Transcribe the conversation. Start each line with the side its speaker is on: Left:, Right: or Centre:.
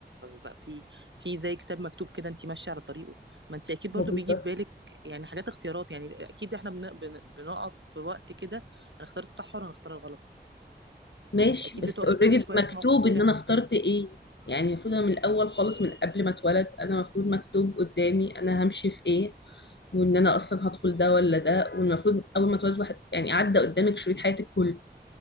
Right: بقى في في زي كتاب مكتوب كده انتي ماشية على طريقه ما انتي اكيد برضو
Left: هو بالظبط
Right: بيجي في بالك يعني حاجات اختيارات يعني اكيد احنا بن- بن- بنقف في وقت كده هنختار الصح ولا هنختار الغلط
Left: ماشي
Right: اكيد
Left: بس
Right: بتقفي
Left: اوريدي
Right: كل شويه
Left: مكتوب
Right: في موقف تقولي
Left: ان
Right: انا
Left: انا اخترت
Right: هختار
Left: ايه يعني المفروض انا من الاول خالص من قبل ما اتولد انا المفروض مكتوب قدامي انا همشي في ايه وان انا اصلا هدخل ده ولا ده والمفروض اول ما اتولد واحد يعني عدى قدامك شريط حياتك كله